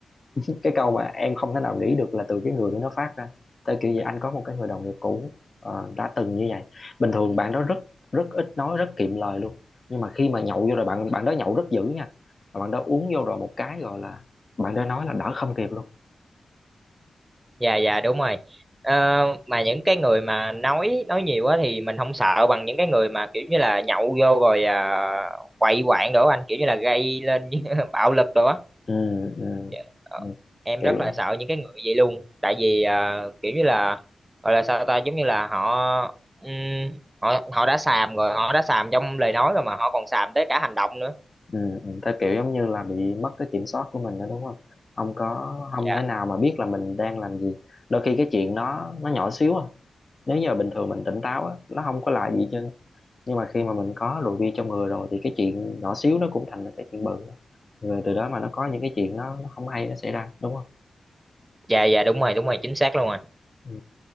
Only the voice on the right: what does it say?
Dạ dạ đúng rồi. Ờ, mà những cái người mà nói nói nhiều á thì mình không sợ bằng những cái người mà kiểu như là nhậu vô rồi à, quậy quạng đồ á anh, kiểu như là gây lên <laughs> bạo lực đồ á.
Dạ, ờ,
em
rất là sợ những cái người vậy luôn tại vì ờ, kiểu như là gọi là sao ta giống như là họ ừm, họ họ đã xàm rồi họ đã xàm trong lời nói rồi mà họ còn xàm tới cả hành động nữa
dạ
dạ dạ đúng rồi đúng rồi chính xác luôn rồi